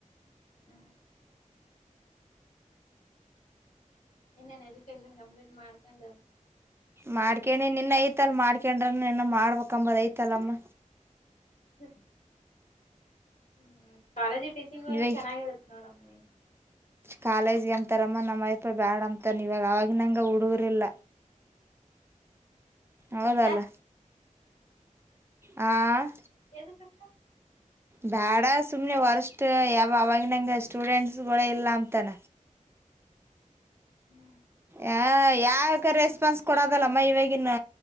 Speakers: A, on the left (about 65°); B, on the right (about 20°).
A: ಹ್ಮ್ ಇನ್ನೇನ್ ಎಜುಕೇಶನ್ ಕಂಪ್ಲೀಟ್ ಮಾಡ್ಕೊಂಡ
B: ಮಾಡ್ಕ್ಯಾನಿನ್ ನಿನ್ ಐತಲ್ ಮಾಡ್ಕೊಂಡ್ರ ಇನ ಮಾಡ್ಬೇಕ ಅಂಬದ್ ಐತಲ್ಲಮ್ಮ.
A: ಹ್ ಹ್ಮ್ ಕಾಲೇಜಿಗ್ ಟೀಚಿಂಗ್ ಹೋದ್ರ
B: ಇವಾಗ
A: ಚೆನ್ನಾಗಿರುತ್ತ ನೋಡಮ್ ನೀ
B: ಕಾಲೇಜ್ಗೆ ಅಂತಾರಮ್ಮ ನಮ್ಮಯಪ ಬ್ಯಾಡ ಅಂತಾರ್ ಇವಾಗ ಅವಾಗ ನಂಗ ಹುಡುಗುರ್ ಇಲ್ಲ. ಹೌದಲ್ಲ
A: ಯಾಕ
B: ಹಾಂ.
A: ಎದಕ.
B: ಬ್ಯಾಡ ಸುಮ್ನೆ ವರ್ಷ್ಟ ಯಾವ ಅವಾಗಿನಂಗ ಸ್ಟುಡೆಂಟ್ಗೋಳು ಇಲ್ಲ ಅಂತಾನ.
A: ಹ್ಮ್
B: ಯಾ ಯಾಕ ರೆಸ್ಪಾನ್ಸ್ ಕೊಡದಲ್ಲಮ್ಮ ಇವಾಗಿನ